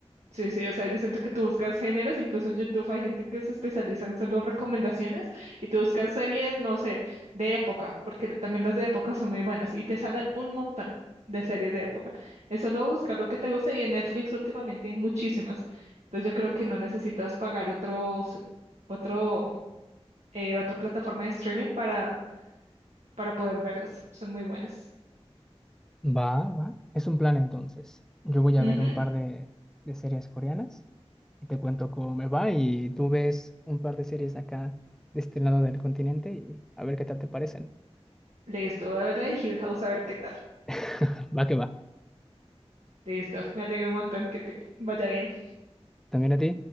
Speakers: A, on the right; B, in the centre.
A: Sí, sí, o sea, yo siento que tú buscas géneros, incluso en YouTube hay gente que se especializa en solo recomendaciones y tú buscas series, no sé, de época, porque también las de época son muy buenas y te salen un montón de series de época. Es solo buscar lo que te gusta y en Netflix últimamente hay muchísimas. Entonces yo creo que no necesitas pagar otros, otro, eh, otra plataforma de streaming para, para poder verlas. Son muy buenas.
B: Va, va. Es un plan entonces. Yo voy
A: Ujú.
B: a ver un par de, de series coreanas y te cuento cómo me va y tú ves un par de series acá de este lado del continente y a ver qué tal te parecen.
A: Listo, voy a ver la de Hill House a ver qué tal.
B: <laughs> Va que va.
A: Listo, me alegro un montón que te vaya bien.
B: ¿También a ti?